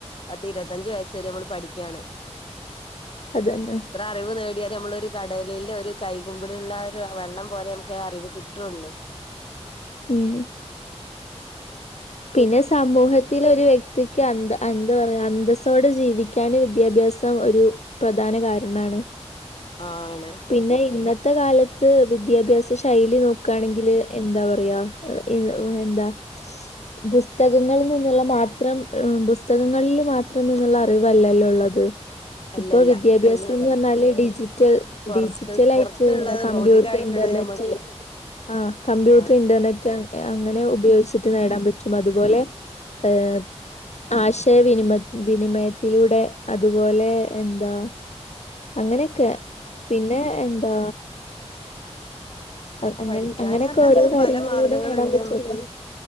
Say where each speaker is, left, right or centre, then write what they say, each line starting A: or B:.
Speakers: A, on the left (about 50°); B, on the left (about 75°).
A: പത്ത് ഇരുപ്പത്തഞ്ചു വയസ് വരെ നമ്മള് പഠിക്കാണ്.
B: അതെന്നെ.
A: അറിവ് നേടിയാല് നമ്മളൊരു കടലെല് ഒരു കൈ <unintelligible> ഒരു വെള്ളം പോലെ നമ്മക്ക് അറിവ് കിട്ടൊള്ളു.
B: ഉം.
A: <unintelligible>
B: പിന്നെ സമൂഹത്തില് ഒരു വ്യക് വ്യക്തിക്ക്അന്ത എന്താ പറയാ അന്തസ്സോടെ ജീവിക്കാൻ വിദ്യാഭ്യാസം ഒരു പ്രധാന കാരണാണ്.
A: ആണ്.
B: പിന്നെ ഇന്നത്തെ കാലത്ത് വിദ്യാഭ്യാസ ശൈലി നോക്കണെങ്കില്. എന്താ പറയാ എന്താ പുസ്തകങ്ങളിൽ നിന്ന്ള്ള മാത്രം പുസ്തകങ്ങളിൽ മാത്രം നിന്ന്ള്ള അറിവല്ലല്ലോ ഇള്ളത്.
A: അല്ലല്ല
B: ഇപ്പൊ വിദ്യാഭ്യാസം
A: ഇന്ന്
B: എന്ന് പറഞ്ഞാല് ഡിജിറ്റൽ
A: പുറത്ത്
B: ഡിജിറ്റൽ
A: പുറത്തുള്ളത്
B: ആയിട്ട് എന്താ കമ്പ്യൂട്ടർ
A: ഭൗതികമായിട്ടുള്ളത്
B: ഇന്റർനെറ്റ്.
A: നമ്മക്ക്
B: ആ കമ്പ്യൂട്ടർ
A: ആഹ്
B: ഇന്റർനെറ്റ് അങ്ങനെ ഉപയോഗിച്ചിട്ട് നേടാൻ പറ്റും. അതുപോലെ ഏഹ്. ആശയവിനിമ വിനിമയത്തിലൂടെ അതുപോലെ എന്താ അങ്ങനെയൊക്കെ പിന്നെ എന്താ. അങ്ങനെ
A: പഠിക്കാന്
B: അങ്ങനെയൊക്കെ
A: അറഞ്ഞ
B: ഓരോ കാര്യങ്ങളിലൂടെ
A: പല മാർഗങ്ങള്ണ്ട്
B: നേടാൻ പറ്റുവല്ലോ
A: ഞമ്മക്ക്.